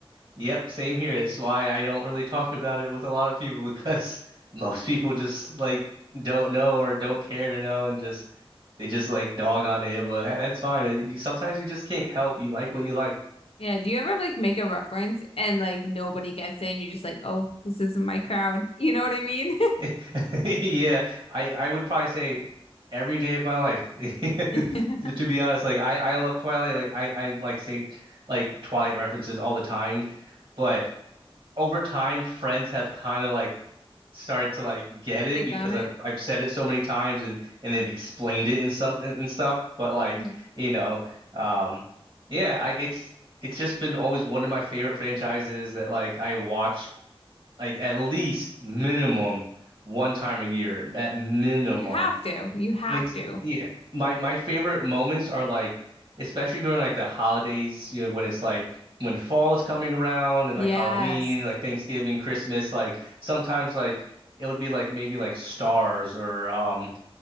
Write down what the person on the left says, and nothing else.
Yeah, do you ever like make a reference and like nobody gets it and you're just like, "Oh, this isn't my crowd." <laughs> You know what I mean?
<laughs>
Take
on it.
Mhm.
You have to. You have
to.
Yes.